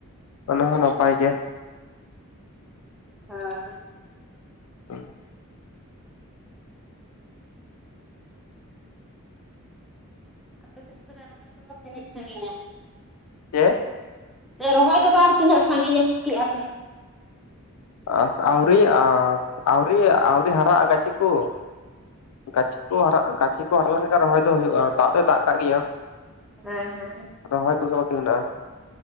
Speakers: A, on the left (about 75°); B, in the centre.
A: ᱚᱱᱟ ᱦᱚᱸ ᱱᱟᱯᱟᱭ ᱜᱮ᱾
B: ᱦᱮᱸ
A: <inaudible>
B: ᱟᱯᱮ ᱥᱮᱫ ᱛᱚᱵᱮ ᱨᱚᱦᱚᱭ ᱠᱚᱫᱚ ᱛᱤᱱᱟᱹᱜ ᱥᱟᱺᱜᱤᱧᱟ?
A: ᱪᱮ?
B: ᱨᱚᱦᱚᱭ ᱠᱚᱫᱚ ᱟᱨ ᱛᱤᱱᱟᱹᱜ ᱥᱟᱺᱜᱤᱧᱟ ᱠᱮᱜᱼᱟ ᱯᱮ?
A: ᱚ ᱟᱹᱣᱨᱤᱭᱟᱜᱼᱟ ᱟᱹᱣᱨᱤ ᱟᱹᱣᱨᱤ ᱦᱟᱨᱟᱜᱼᱟ ᱜᱟᱹᱪᱷᱤ ᱠᱚ ᱾ ᱜᱟᱹᱪᱷᱤ ᱠᱚ ᱦᱟᱨᱟᱜ ᱜᱟᱹᱪᱷᱤ ᱠᱚ ᱦᱟᱨᱟ ᱞᱮᱱᱠᱷᱟᱱ ᱨᱚᱦᱚᱭ ᱫᱚ ᱦᱩᱭᱩᱜᱼᱟ ᱫᱟᱜ ᱫᱚᱭ ᱫᱟᱜ ᱠᱟᱜ ᱜᱮᱭᱟ᱾ ᱾
B: ᱦᱮᱸᱻᱦᱮᱸᱻ
A: ᱨᱚᱦᱚᱭ ᱠᱚᱜᱮ ᱵᱟᱠᱤ ᱢᱮᱱᱟᱜᱼᱟ᱾